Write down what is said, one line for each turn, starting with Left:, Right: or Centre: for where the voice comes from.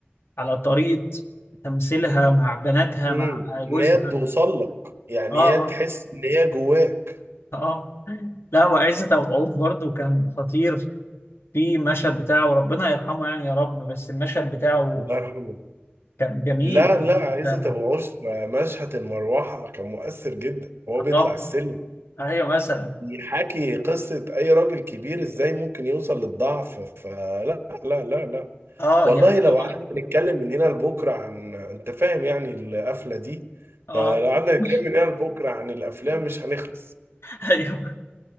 Left: على طريقه تمثيلها مع بناتها
Right: امم
Left: مع جوزها
Right: ان هي بتوصل لك يعني
Left: اه
Right: هي تحس
Left: اه آه.
Right: ان هي جواك
Left: اه لا وعزت أبو عوف برضه كان خطير في مشهد بتاعه ربنا يرحمه يعني يا رب بس المشهد بتاعه
Right: الله يرحمه
Left: كان جميل
Right: لا لا
Left: جدا
Right: عايزه تبقى عرف مشهد المروحه كان مؤثر جدا وهو بيطلع
Left: اه
Right: السلم
Left: ايوه مثلا
Right: يحكي قصه اي راجل كبير ازاي ممكن يوصل للضعف فلا لا لا لا
Left: اه
Right: والله
Left: يعني
Right: لو
Left: هو
Right: قعدنا نتكلم من هنا لبكره عن انت فاهم يعني القفله دي
Left: اه
Right: آه، لو قعدنا نتكلم
Left: <laughs>
Right: من هنا لبكره عن الافلام مش هنخلص
Left: ايوه